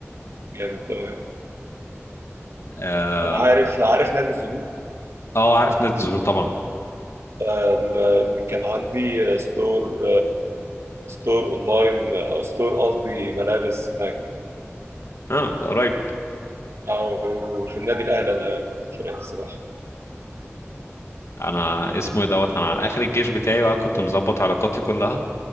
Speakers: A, on the right; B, on the left.
A: جامد تمام
B: اه
A: انا عارف عارف نادي الزهور
B: آه، عارف نادي الزهور طبعا
A: ال- كان عندي ستور ستور اونلاين او ستور قصدي ملابس هناك
B: اه ده قريب
A: او في النادي الاهلي انا كنت في فرقه السباحه
B: انا اسمه ايه دوت انا على اخر الجيش بتاعي بقى كنت مظبط علاقاتي كلها